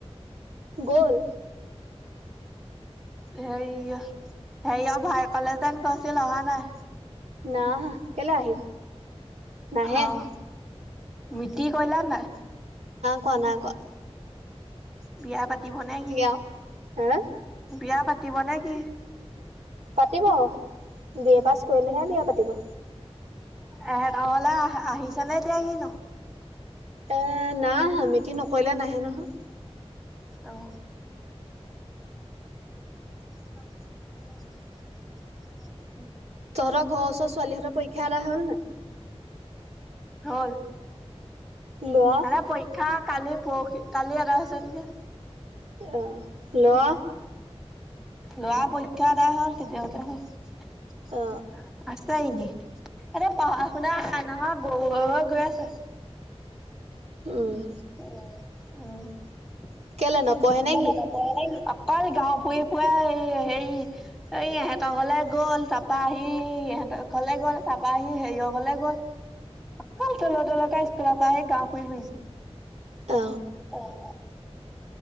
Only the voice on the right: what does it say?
গ'ল
নাই আহা কেলে আহিব নাহে
ক নাই কৰা
আৰু হা
পাতিব বি এ পাছ কৰিলেহে বিয়া পাতিব
এ নাই অহা মিতি নকৰিলে নাহে নহয়
তৰ ঘৰৰ ওচৰ ছোৱালী হেত পৰীক্ষা এদাই হল ন
লোৱা
আহ লৰা
অ
উম
কেলে নপঢ়ে নেকি
অ